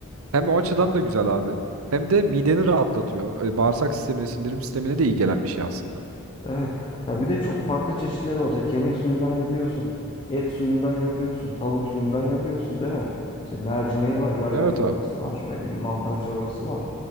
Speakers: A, on the right (about 70°); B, on the left (about 25°).
A: Hem o açıdan da güzel abi. Hem de mideni rahatlatıyor. E, bağırsak sistemine, sindirim sistemine de iyi gelen bir şey aslında.
B: Evet. Ya bir de çok farklı çeşitleri var. İşte kemik suyundan yapıyorsun. Et suyundan yapıyorsun. Tavuk suyundan yapıyorsun değil mi? İşte mercimeği var. Yayla
A: Evet
B: çorbası
A: abi.
B: var. Ne bileyim mantar çorbası var.